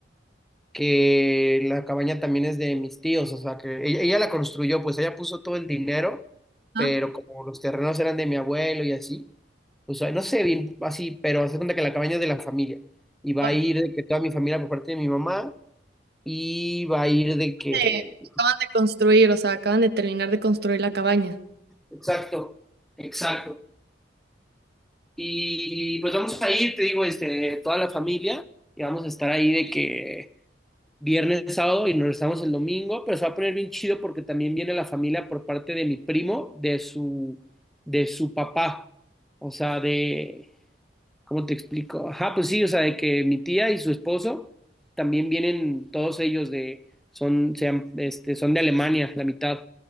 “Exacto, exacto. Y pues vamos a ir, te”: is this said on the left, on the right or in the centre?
Centre